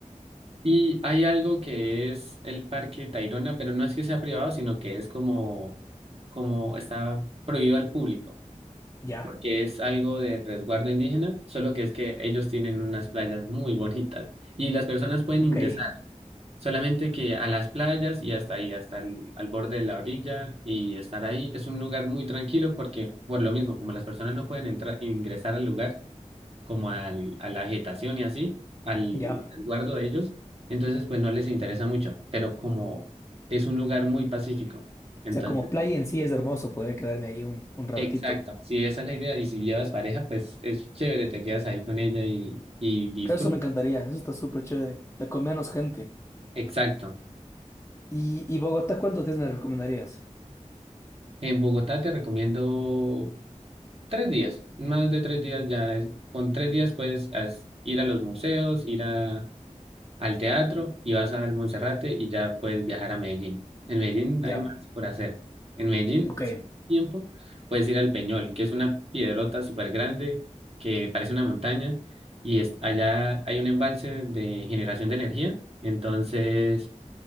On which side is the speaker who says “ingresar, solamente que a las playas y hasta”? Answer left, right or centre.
Right